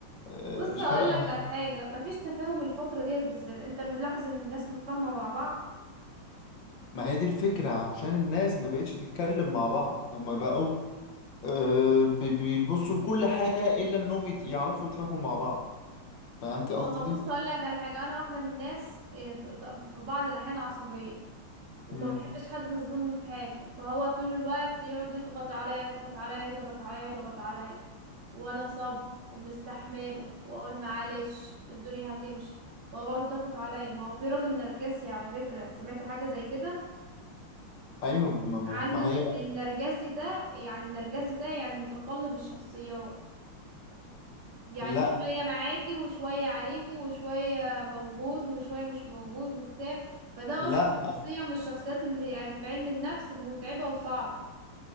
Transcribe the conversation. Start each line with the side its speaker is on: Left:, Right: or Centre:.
Left: آه،
Right: بص
Left: مش
Right: اقول
Left: فارقة
Right: لك على حاجة مفيش تفاهم الفترة ديت بالذات انت ملاحظ ان الناس متفاهمة مع بعض
Left: ما هي دي الفكرة عشان الناس ما بقتش تتكلم مع بعض هما بقوا آه، بي- بيبصوا لكل حاجة إلا إنهم يت- يعرفوا يتفاهموا مع بعض فهمتي قصدي؟
Right: ما هو بص اقول لك على حاجه انا واحده من الناس إيه، في ط- في بعض الاحيان عصبيه وما
Left: مم.
Right: بحبش حد يظلمني في حاجه فهو طول الوقت يقعد يضغط عليا يضغط عليا يضغط عليا يضغط عليا وانا صبر ومستحمله واقول معلش الدنيا هتمشي وهو برضه ضغط عليا ما هو في راجل نرجسي على فكره سمعت حاجه زي كده
Left: ايوه ما ما
Right: عنده
Left: ما
Right: الن-
Left: هي
Right: النرجسي ده يعني النرجسي ده يعني متقلب الشخصيات يعني
Left: لا
Right: شوية معاكي وشوية عليكي وشوية موجود وشوية مش موجود وبتاع فده
Left: لا
Right: أصلا شخصية من الشخصيات اللي يعني في علم النفس متعبة وصعب